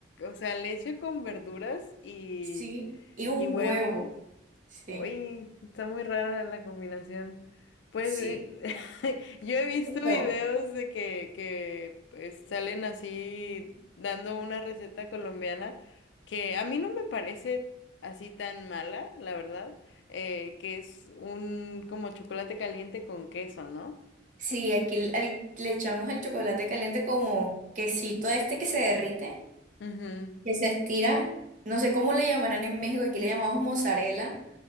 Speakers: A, on the left; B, on the right.
A: o sea, leche con verduras y,
B: Sí, y un
A: y huevo.
B: huevo. Sí,
A: Uy, está muy rara la combinación. Pues
B: sí,
A: eh, <laughs> yo he visto
B: un huevo.
A: videos de que, que pues, salen así dando una receta colombiana que a mí no me parece así tan mala, la verdad, eh, que es un como chocolate caliente con queso, ¿no?
B: Sí, aquí l- al- le echamos al chocolate caliente como quesito este que se derrite,
A: Ujú.
B: que se estira. No sé cómo le llamarán en México, aquí le llamamos mozzarella